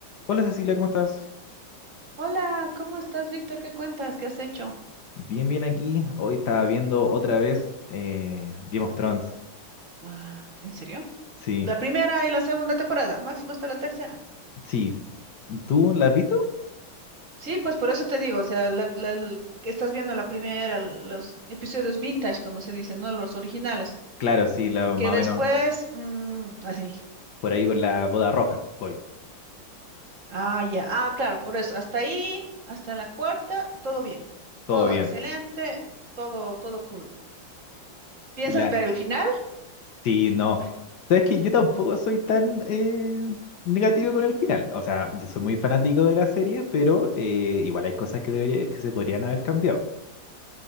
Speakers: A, on the left (about 60°); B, on the right (about 45°).
A: Hola Cecilia, ¿cómo estás?
B: Hola, ¿cómo estás, Víctor? ¿Qué cuentas? ¿Qué has hecho?
A: Bien, bien aquí. Hoy estaba viendo otra vez eh, Game of Thrones.
B: Ah, ¿en serio?
A: Sí,
B: La primera y la segunda temporada, máximo hasta la tercera.
A: sí. ¿Tú la has visto?
B: Sí, pues por eso te digo, o sea, la- las- que estás viendo la primera, los episodios vintage, como se dicen, ¿no? Los originales.
A: Claro, sí, la-
B: Porque
A: más
B: después,
A: o menos
B: mm, así.
A: por ahí con la boda roja. Voy,
B: Ah, ya. Ah, claro, por eso. Hasta ahí, hasta la cuarta, todo bien.
A: todo
B: Todo
A: bien.
B: excelente, todo, todo cool. ¿Piensas
A: Y la...
B: ver el final?
A: Sí, no. Sabes que yo tampoco soy tan eh, negativo con el final. O sea, yo soy muy fanático de la serie, pero eh, igual hay cosas que, debería, que se podrían haber cambiado.